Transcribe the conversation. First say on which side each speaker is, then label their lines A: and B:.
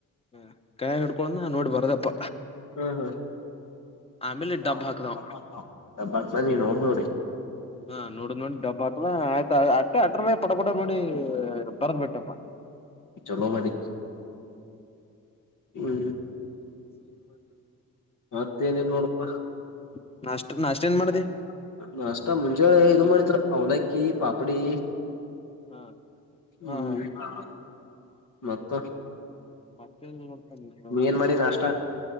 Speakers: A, on the left; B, on the left.
A: ಹ್ಮ ಕೈಯಾಗ್ ಹಿಡ್ಕೋಳ್ದ್ನ ನೋಡ್ ಬರ್ದಪ್ಪ.
B: <unintelligible>
A: ಆಮೇಲೆ ಡಬ್ ಹಾಕದವ ಹಾ ನೋಡ್ ನೋಡಿ ಡಬ್ ಹಾಕ್ ಆಯ್ತಾ ಅಟ್ಟೆ ಅಟ್ರೇ ಪಟ ಪಟ ನೋಡಿ ಬರ್ದ್ ಬಿಟ್ಟ್. ಹಟ್ಯಾಪ್ಪ.
B: ಚಲೋ ಮಾಡಿಯ್. <unintelligible> ಮತ್ ಏನಿಲ್ ನೋಡಪ್ಪ.
A: <inaudible> ಮಾಡ್ದಿ
B: ಹಾ ನಾಷ್ಟಾ ಮುಂಜಾಳೆ ಇದು ಮಾಡಿದ್ರ ಅವಲಕ್ಕಿ ಪಾಪ್ಡಿ.
A: ಹಾ
B: ಹ್ಮ್
A: ಹಾ
B: <unintelligible> ಮತ್ತ.
A: ಮತ್ತೆ ಇಲ್ ನೋಡ್ತ ಪಾ ನಿನ್ ಹೇಳ್ಬೇಕ್
B: ನೀ ಏನ್ ಮಾಡಿ ನಾಷ್ಟ